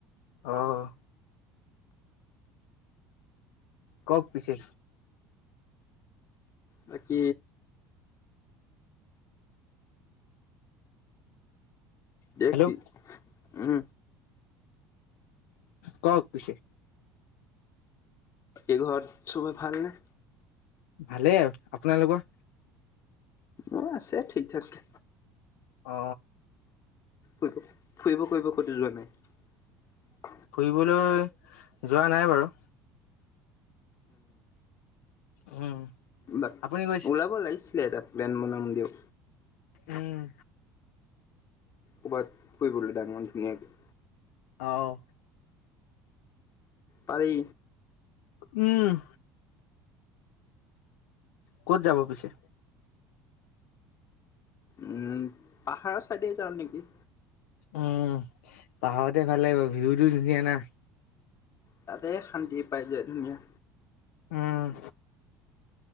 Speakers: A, on the left; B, on the left.
A: অ', কওক পিছে
B: বাকী দেখি
A: হেল্ল'
B: উম
A: কওক পিছে
B: এইঘৰত চবে ভাল নে
A: ভালেই আৰু আপোনালোকৰ
B: অ আছে ঠিক আছে
A: অ
B: ফুৰিব ফুৰিব ফুৰিব কুতি যোৱা নাই
A: ফুৰিবলৈ যোৱা নাই বাৰু উম
B: বা
A: আপুনি গৈছে?
B: ওলাব লাগিছিলে এটা প্লেন বনাই দেও
A: উম
B: ক'ৰবাত শুই পৰিল ডাঙমান ধুনিয়াকে
A: আহ
B: পাৰি
A: উম ক'ত যাব পিছে।
B: উম পাহাৰৰ চাইডে যাওঁ নেকি।
A: উম পাহাৰতে ভাল লাগিব ভিউটো ধুনীয়া না
B: তাতে শান্তি পাই যায় ওম ওম।
A: উম